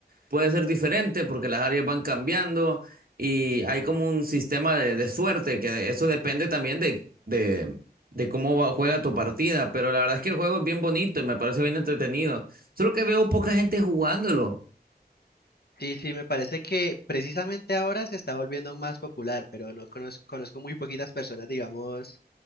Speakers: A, on the right; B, on the left.
A: puede ser diferente porque las áreas van cambiando y hay como un sistema de, de suerte que de- eso depende también de, de, de cómo va- juega tu partida. Pero la verdad es que el juego es bien bonito y me parece bien entretenido. Solo que veo poca gente jugándolo.
B: Sí, sí, me parece que precisamente ahora se está volviendo más popular, pero no conozco, conozco muy poquitas personas, digamos,